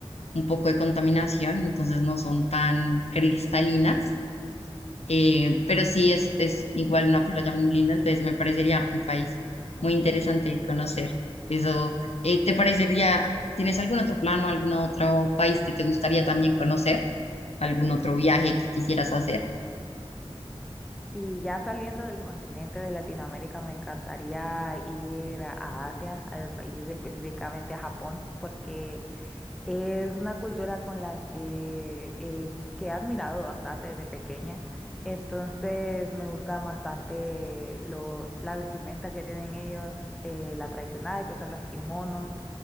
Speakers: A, on the left; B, in the centre.
A: un poco de contaminación, entonces no son tan cristalinas, eh, pero sí es, es igual una playa muy linda, entonces me parecería un país muy interesante de conocer. Eso, eh, ¿te parecería, tienes algún otro plan o algún otro país que te gustaría también conocer? ¿Algún otro viaje que quisieras hacer?
B: Y ya saliendo del continente de Latinoamérica, me encantaría ir a a Asia, al país específicamente a Japón, porque Es una cultura con la que, eh, que he admirado bastante desde pequeña. Entonces me gustan bastante lo, la vestimenta que tienen ellos, eh, la tradicional, que son los kimonos.